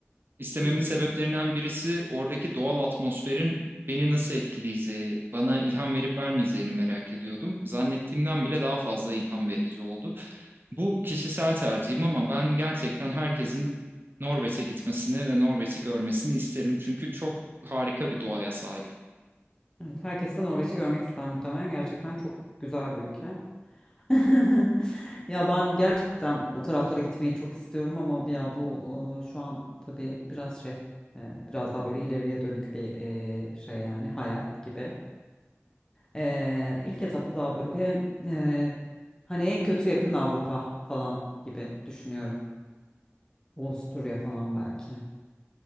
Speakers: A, on the right (about 50°); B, on the left (about 15°).
A: İstememin
B: Hı hı.
A: sebeplerinden birisi oradaki doğal atmosferin beni nasıl etkileyeceği, bana ilham verip vermeyeceğini merak ediyordum. Zannettiğimden bile daha fazla ilham verici oldu. Bu kişisel tercihim ama ben gerçekten herkesin Norveç'e gitmesini ve Norveç'i görmesini isterim. Çünkü çok harika bir doğaya sahip.
B: Evet herkes de Norveç'i görmek ister muhtemelen gerçekten çok güzel bir ülke. <laughs> Ya ben gerçekten o taraflara gitmeyi çok istiyorum ama ya bu e, şu an tabii biraz şey e, biraz daha böyle ileriye dönük bir e, şey yani hayal gibi. E, ilk etapta daha böyle e, hani en kötü yakın Avrupa falan gibi düşünüyorum. Avusturya falan belki.